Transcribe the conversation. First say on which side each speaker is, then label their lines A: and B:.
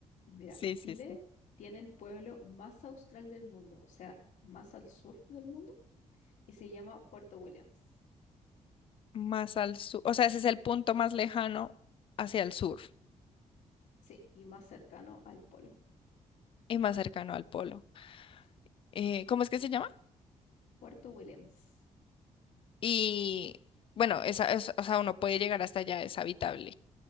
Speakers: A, on the left; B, on the left.
A: Mira,
B: sí,
A: Chile
B: sí, sí.
A: tiene el pueblo más austral del mundo, o sea, más al sur del mundo, y se llama Puerto Williams.
B: Más al sur. O sea, ese es el punto más lejano hacia el sur
A: Sí, y más cercano al polo.
B: y más cercano al polo.
A: Sí,
B: Eh, ¿cómo es que se llama?
A: Puerto Williams.
B: Y bueno, esa, es- o sea, uno puede llegar hasta allá, es habitable.